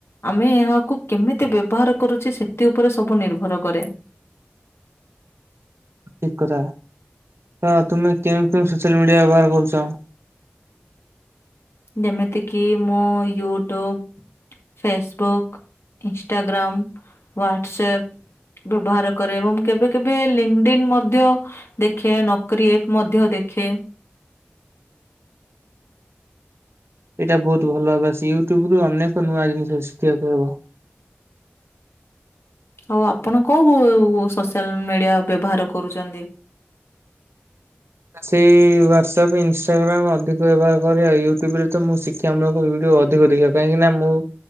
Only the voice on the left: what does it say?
ଆମେ ଏହାକୁ କେମିତି ବ୍ୟବହାର କରୁଛେ, ସେଥି ଉପରେ ସବୁ ନିର୍ଭର କରେ।
ଯେମିତିକି ମୁଁ ୟୁଟ୍ୟୁବ। Facebook, ଇନ୍ଷଗ୍ରାମ, WhatsApp. ବ୍ୟବହାର କରେ ଏବଂ କେବେ କେବେ ଲିଙ୍ଗଡିନ୍ ମଧ୍ୟ ଦେଖେ, ନକରି ମଧ୍ୟ ଦେଖେ।
ଆଉ ଆପଣ କଉ କୋ ସୋସିଆଲ ମିଡିଆ ବ୍ୟବହାର କରୁଛନ୍ତି?